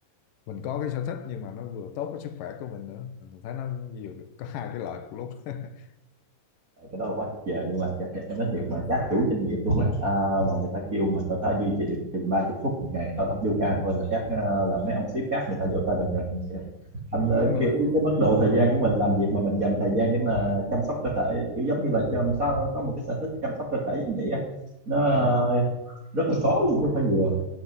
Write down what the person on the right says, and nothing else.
cái đó là quá tuyệt vời luôn anh Dạ, thiệt, em nói thiệt
mà các chủ doanh nghiệp luôn á à, mà người ta kêu mình người ta duy trì được chừng ba chục phút một ngày tao tập yoga thôi là các à, là mấy ông sếp khác người ta vỗ tay rần rần Kìa. anh à,
kiểu cái mức độ thời gian của mình làm việc mà mình dành thời gian để mà chăm sóc cơ thể kiểu giống như là chăm sao có một cái sở thích chăm sóc cơ thể giống vậy á nó
à, rất là khó luôn chứ không phải vừa